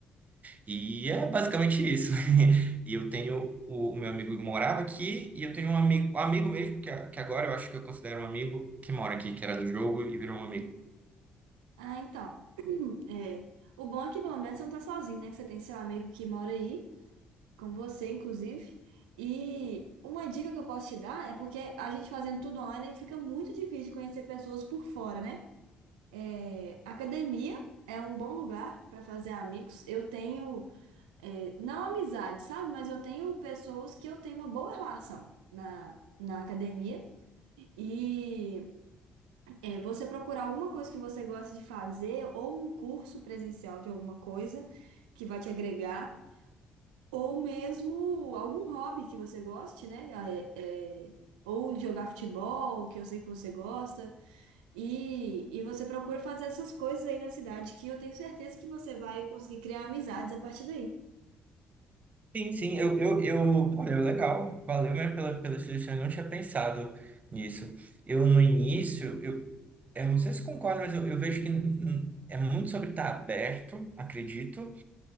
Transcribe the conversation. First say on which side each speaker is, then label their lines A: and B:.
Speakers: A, on the right (about 35°); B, on the right (about 75°).
A: E é basicamente isso. <laughs> E eu tenho o, o meu amigo morava aqui e eu tenho um amigo, um amigo mesmo que, a- que agora eu acho que eu considero um amigo que mora aqui, que era do jogo e virou um amigo.
B: Ah, então, <clears throat> é, o bom é que pelo menos você não tá sozinho, né? Que você tem seu amigo que mora aí. com você, inclusive. E uma dica que eu posso te dar é porque a gente fazendo tudo online fica muito difícil conhecer pessoas por fora, né? É, academia é um bom lugar para fazer amigos. Eu tenho, é, não amizade, sabe? Mas eu tenho pessoas que eu tenho uma boa relação na, na academia. E é, você procurar alguma coisa que você gosta de fazer ou um curso presencial de alguma coisa que vai te agregar. Ou mesmo algum hobby que você goste, né? Ah, é- é, ou jogar futebol, que eu sei que você gosta. E, e você procura fazer essas coisas aí na cidade, que eu tenho certeza que você vai conseguir criar amizades a partir daí.
A: Sim, sim, eu, eu, eu, olha, legal, valeu mesmo pela, pela sugestão, eu não tinha pensado nisso. Eu, no início, eu, eu não sei se concordo, mas eu, eu vejo que hum, é muito sobre estar aberto, acredito,